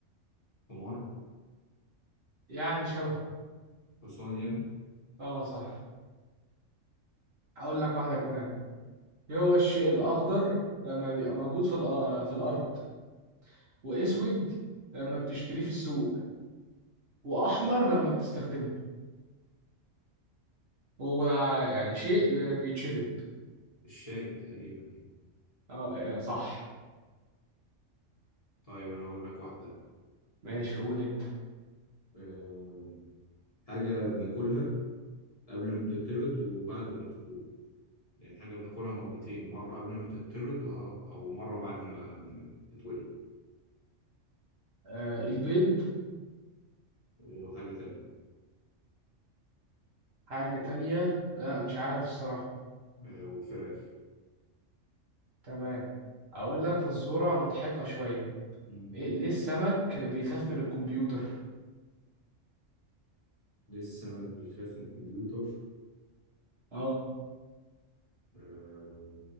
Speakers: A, on the left; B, on the right.
A: حمار
B: يعني شبه
A: حصان يعني
B: آه صح أقول لك واحدة كمان إيه هو الشيء الأخضر لما بيبقى موجود في الأ- في الأرض وأسود لما بتشتريه في السوق وأحمر لما بتستخدمه هو يعني شيء بيتشرب
A: الشاي تقريبا يعني
B: اه آه، صح
A: طيب أنا هقول لك واحدة
B: ماشي قول انت
A: آه، حاجة بناكلها قبل ما بتترد وبعد ما بتترد لأن حاجة بناكلها مرتين مرة قبل ما تتولد و- أو مرة بعد ما تتولد
B: آه البيض
A: وحاجة تانية
B: حاجة تانية لا مش عارف الصراحة
A: آه، والفراخ
B: تمام اقول لك فزورة مضحكة شوية
A: مم.
B: إيه ليه السمك بيخاف من الكمبيوتر
A: ليه السمك بيخاف من الكمبيوتر
B: اه
A: آه،